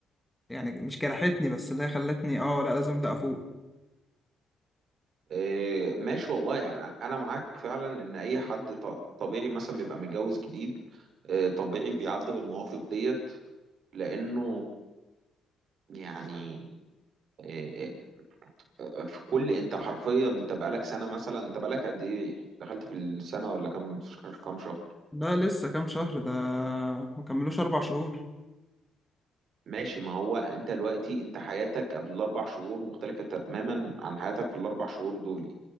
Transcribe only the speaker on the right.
آه، ماشي والله يعني أنا معاك فعلا إن أي حد ط- طبيعي مثلا بيبقى متجوز جديد آه، طبيعي بيعدي بالمواقف ديت لانه يعني إيه، إيه، في كل انت حرفيا انت بقالك سنه مثلا انت بقالك قد ايه دخلت في السنه ولا كام كام شهر
ماشي ما هو انت دلوقتي انت حياتك قبل الاربع شهور مختلفه تماما عن حياتك في الاربع شهور دول